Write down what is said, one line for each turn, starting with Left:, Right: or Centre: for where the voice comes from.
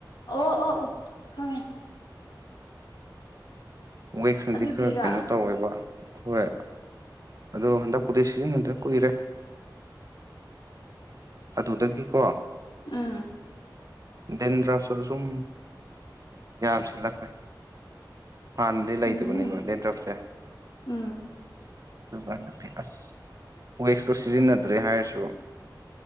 Left: ꯑꯣ ꯑꯣ ꯑꯣ ꯈꯪꯉꯦ
Right: ꯋꯦꯛꯁꯅꯗꯤ
Left: ꯑꯗꯨꯒꯤꯔꯥ
Right: ꯈꯔ ꯀꯩꯅꯣ ꯇꯧꯋꯦꯕ ꯍꯣꯏ ꯑꯗꯣ ꯍꯟꯗꯛꯄꯨꯗꯤ ꯁꯤꯖꯤꯟꯅꯗ꯭ꯔꯦ ꯀꯨꯏꯔꯦ ꯑꯗꯨꯗꯒꯤꯀꯣ
Left: ꯎꯝ
Right: ꯗꯦꯟ ꯗ꯭ꯔꯥꯐ <unintelligible> ꯁꯨꯝ ꯌꯥꯝ ꯁꯤꯜꯂꯛꯈ꯭ꯔꯦ ꯍꯥꯟꯅꯗꯤ ꯂꯩꯇꯕꯅꯦꯕ
Left: ꯎꯝ
Right: ꯗꯦꯗ꯭ꯔꯞꯁꯦ
Left: ꯎꯝ
Right: ꯑꯗꯨꯒ ꯅ ꯐ ꯑꯁ ꯋꯦꯛꯁꯇꯣ ꯁꯤꯖꯤꯟꯅꯗ꯭ꯔꯦ ꯍꯥꯏꯔꯁꯨ